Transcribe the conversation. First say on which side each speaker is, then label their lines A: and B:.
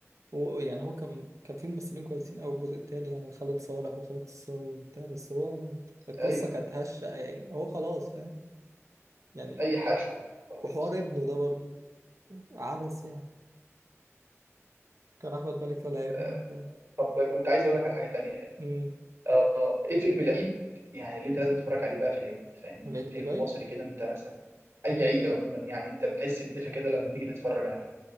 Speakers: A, on the right; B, on the right.
A: هو يعني هو كان كان في ممثلين كويسين أوي الجزء التاني يعني خالد صالح وخالد الصاوي وبتاع بس هو القصة
B: ايوه
A: كانت هشة يعني هو خلاص فاهم يعني
B: اي حشو خلاص
A: وحوار ابنه ده برضه عبس يعني كان أحمد مالك طالع ابنه
B: آه،
A: وبتاع
B: طب كنت عايز اقول لك على حاجة تانية
A: أمم،
B: اه ايه فيلم العيد يعني اللي انت لازم تتفرج عليه بقى في العيد فاهمني؟
A: العيد
B: فيلم
A: اللي جاي
B: مصري كده انت مثلا اي عيد عموما يعني انت بتحس بدفى كده لما تيجي تتفرج عليه